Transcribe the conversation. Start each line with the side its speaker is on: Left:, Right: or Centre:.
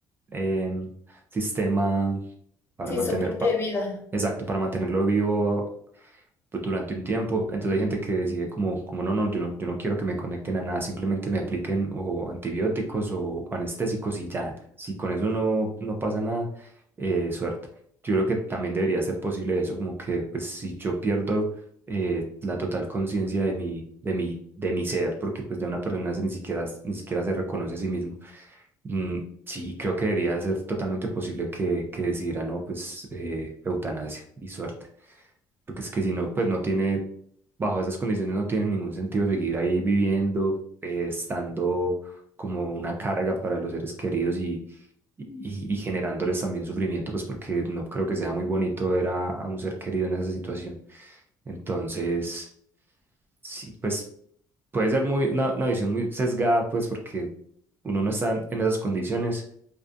Right: em, sistema para
Left: Sí,
Right: mantener,
Left: soporte
Right: pa-
Left: de vida.
Right: exacto, para mantenerlo vivo pues, durante un tiempo. Entonces hay gente que decide como, como no, no, yo no, yo no quiero que me conecten a nada, simplemente me apliquen o antibióticos o anestésicos y ya. Si con eso no, no pasa nada, eh, suerte. Yo creo que también debería ser posible eso, como que pues si yo pierdo eh, la total conciencia de mi, de mi, de mi ser, porque pues de una persona se ni siquiera, ni siquiera se reconoce a sí mismo. Mm, sí, creo que debería ser totalmente posible que, que decidiera, no, pues eh, eutanasia y suerte porque es que si no, pues no tiene, bajo esas condiciones no tiene ningún sentido seguir ahí viviendo, eh, estando como una carga para los seres queridos y, y, y generándoles también sufrimiento, pues porque no creo que sea muy bonito ver a, a un ser querido en esa situación. Entonces, sí, pues puede ser muy, una, una visión muy sesgada, pues porque uno no está en esas condiciones,